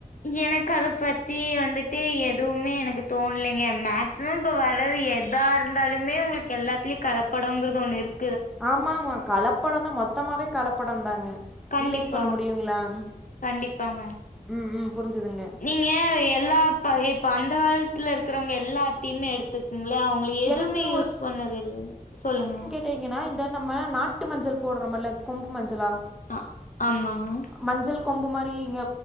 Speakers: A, on the left (about 60°); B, in the centre.
A: எனக்கு அத பத்தி வந்து தியே எதுவுமே எனக்கு தோணலங்க மேக்சிமம் இப்ப வர்றது எதா இருந்தாலுமே உங்களுக் எல்லாத்துலயு கலப்படோங்கிறது ஒன்னு இருக்
B: ஆமாங்மா கலப்படந்தா மொத்தமாவே கலப்படந்தாங்க
A: கண்டிப்பா
B: இல்லன்னு சொல்ல முடியுங்களாங்க
A: கண்டிப்பாங்க
B: உம் உம் புரிஞ்சதுங்க
A: ஏ எல்லா இப்ப இப்ப அந்த காலத்துல இருக்கிறவங்க எல்லாத்தையுமே எடுத் த்துக்குங்ளா அவங்கள
B: எ-
A: எதுமே
B: எனக்கு
A: யூஸ் பண்ணது இல்ல சொல்லுங்க
B: பாத்தீங்கன்னா இந்த நம்ம நாட்டு மஞ்சள் போட்றோம்ல்லங் கொம்பு மஞ்சளா
A: ஆ ஆமாங்க
B: மஞ்சள் கொம்பு மாறி இங்க